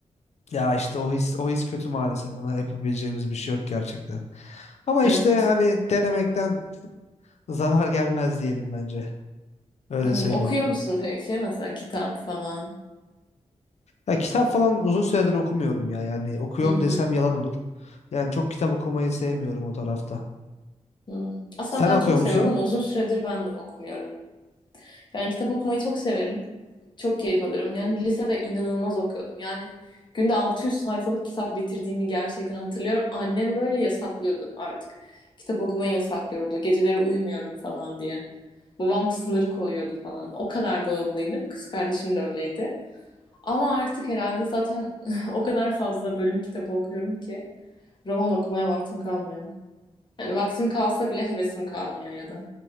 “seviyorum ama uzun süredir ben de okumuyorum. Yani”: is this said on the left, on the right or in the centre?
Left